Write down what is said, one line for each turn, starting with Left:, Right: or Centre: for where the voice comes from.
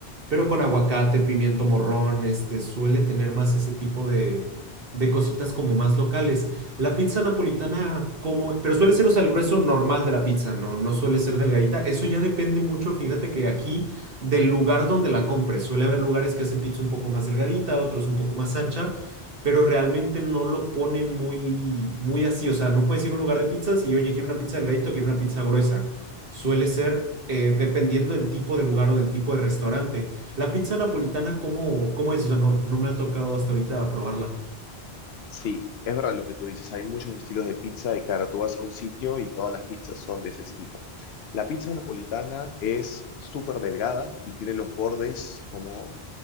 Right: pero con aguacate, pimiento morrón, este, suele tener más ese tipo de, de cositas como más locales. La pizza napolitana, como, pero suele ser, o sea, el grueso normal de la pizza, no, no suele ser delgadita. Eso ya depende mucho, fíjate que aquí, del lugar donde la compres. Suele haber lugares que hacen pizza un poco más delgadita, otros un poco más ancha pero realmente no lo ponen muy, muy así. O sea, no puedes ir a un lugar de pizzas y, oye, quiero una pizza delgadito, quiero una pizza gruesa. Suele ser eh, dependiendo del tipo de lugar o del tipo de restaurante. La pizza napolitana, ¿cómo, cómo es? O sea, no, no me ha tocado hasta ahorita probarla.
Left: Sí, es verdad lo que tú dices, hay muchos estilos de pizza y claro, tú vas a un sitio y todas las pizzas son de ese estilo. La pizza napolitana es súper delgada y tiene los bordes como